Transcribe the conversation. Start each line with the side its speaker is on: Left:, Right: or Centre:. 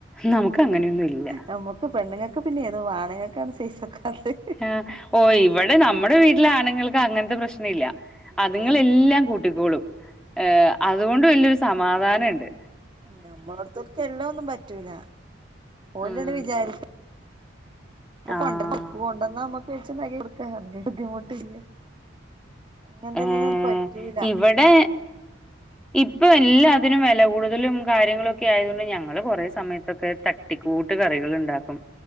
Centre: നമുക്ക് അങ്ങനെയൊന്നും ഇല്ല
Right: നമ്മുക്ക് പെണ്ണുങ്ങൾക്ക് പിന്നെ ഏതും പോവ ആണുങ്ങൾക്കാണ് സെയ്സ് വക്കാത്തെ
Centre: ആഹ് ഓ ഇവിടെ നമ്മുടെ വീട്ടിലെ ആണുങ്ങൾക്ക് അങ്ങനത്തെ പ്രശ്ന ഇല്ല
Right: ഇല്ലല്ലേ
Centre: അതുങ്ങളെല്ലാം കൂ ട്ടികോളും അതുകൊണ്ട് വലിയൊരു സമാധാനണ്ട്
Right: നമ്മളെ അടുത്തൊക്കെ എല്ലാമൊന്നും പറ്റൂല ഓലണ്ട്
Centre: ഉം
Right: വിചാരിക്ക
Centre: ആഹ്
Right: കൊണ്ടന്ന് ഇപ്പൊ കൊണ്ടന്ന നമ്മക്ക് വെച്ച് ഉണ്ടാക്കി കൊടുക്ക ബുദ്ധിമുട്ടില്ല അങ്ങനന്തെങ്ങനെയൊന്നും
Centre: ഏഹ്
Right: പറ്റൂല
Centre: ഇവിടെ ഇപ്പ എല്ലാതിനും വില കൂടുതലും കാര്യങ്ങളൊക്കെ ആയത് കൊൊണ്ട് ഞങ്ങ ള് കൊറെ
Right: അതെ
Centre: സമയത്തൊക്കെ തട്ടിക്കൂട്ട് കറികൾ ഉണ്ടാക്കും